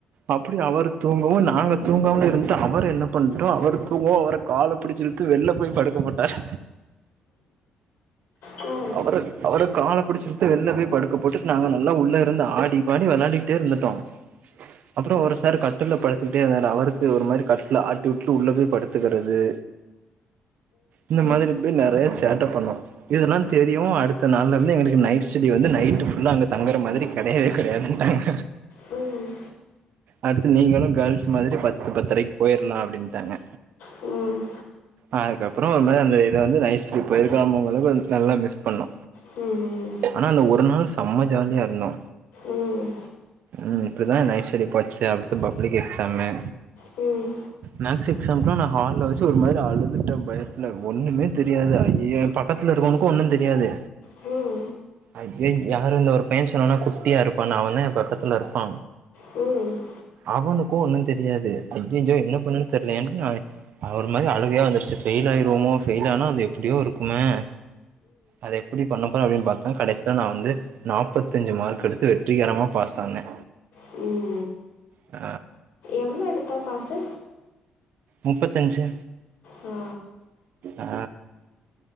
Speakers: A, on the right; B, on the left.
A: அப்டி அவர் தூங்கவும் நாங்க தூங்கமா இருந் வந்துட்டு அவர் என்ன பண்டோம் அவர் தூங்கவும் அவர கால புடிச்சி இழுத்து வெள்ல போய் படுக்கப்போட்டார்
B: ம்
A: அவரு அவரை கால புடிச்சு இழுத்து வெள்ள போய் படுக்க போட்டுட்டு நாங்க நல்லா உள்ள இருந்து ஆடி பாடி விளாடி டோ இருந்துட்டோ அப்றோ ஒரு சார் கட்ல்ல படுத்துட்டே இருந்தாரு அவருக்கு ஒரு மாரி கட்ல ஆட்டி உட்டு உள்ள போய் படுத்துகிறது இந்த மாதிரி போய் நெறைய சேட்டப் பண்ணு இதுல்லா தெரியு அடுத்த நாள்லருந்து எங்ளுக்கு நைட் ஸ்டெடி வந்து நைட் ஃபுல்லா அங்க தங்குற மாதிரி கெடையவே கெடையாதுன்டாங்க
B: ம்
A: அடுத்து நீங்ளு கேல்ஸ் மாதிரி பத்து பத்ரைக்கு பொயிர்லா அப்டின்ட்டாங்க
B: ம்
A: அதுக்கப்றோ ஒரு மாரி அந்த இத வந்து நைஸ் பண்ணி பொயிருக்லாமோ அளவுக்கு நல்லா மிஸ் பண்ணு
B: ம்
A: ஆனா அந்த ஒரு நாள் செம்ம ஜாலியா இருந்தோ
B: ம்
A: ம் இப்டிதா நைட் ஸ்டடி போச்சு அடுத்தது பப்ளிக் எக்ஸாமு
B: ம்
A: மேக்ஸ் எக்ஸாம்க்லா நா ஹால்ல வச்சு ஒரு மாதிரி அழுதுட்டே பயத்துல ஒண்ணுமே தெரியாது ஐயோ பக்கத்துல இருக்கவனுக்கு ஒன்னு தெரியாது
B: ம்
A: அய்யய் யாரு இந்த ஒரு பைய சொன்னேனா குட்டியா இருப்பானு அவந்தா எ பக்கத்துலே இருப்பா
B: ம் ம்
A: அவனுக்கு ஒன்னு தெரியாது ஐய்யய்யோ என்ன பண்றதுணு தெர்லியேன்ட்டு நா ஒரு மாதிரி அழுகையா வந்துருச்சு ஃபெயில் ஆயிருவோமோ ஃபெயில் ஆனா அது எப்டியோ இருக்குமே அத எப்டி பண்ண போறே அப்டின்னு பாத்தா கடைசில நா வந்து நாப்பத்தி அஞ்சு மார்க் எடுத்து வெற்றிகரமாக பாஸ் ஆனே
B: ம்
A: அ
B: எவ்வளோ எடுத்தா பாஸ்ஸூ
A: முப்பத்தஞ்சு
B: ஆ
A: அ